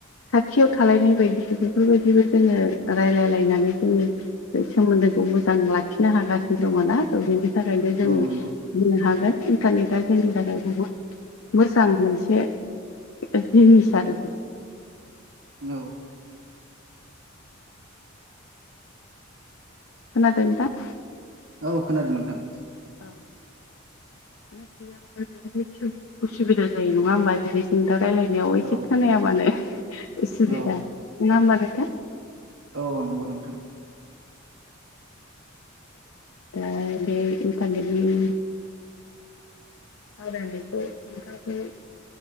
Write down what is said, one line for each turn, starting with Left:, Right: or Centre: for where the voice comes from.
Left: खाथियाव थालायनाय बायदि बेफोर बायदिबो जोङो रायलायलायनानै जोंनि सोमोन्दोखौ मोजां लाखिनो हागासिनो दङ' ना। ओ बिनि थाखायनो जों
Right: औ नंगौ
Left: बुंनो हागोन इन्टारनेटआ जोंनि थाखाय बहुद मोजां मोनसे जिनिस आरोखि।
Right: औ। <inaudible> <inaudible>
Left: खोनादों नोंथां?
Right: औ खोनादों नोंथां।
Left: औ नेट गैयाबाथाय इसु-उसुबिदा जायो नङा होमबा जेरै जों दा रायलायनायाव
Right: औ
Left: एसे खोनायाबानो उसुबिदा
Right: औ
Left: नङा होमबा नोंथा।
Right: औ नंगौ नोंथां।
Left: दा बे इनटारेटनि सावरायनायखौ नोंथांखौ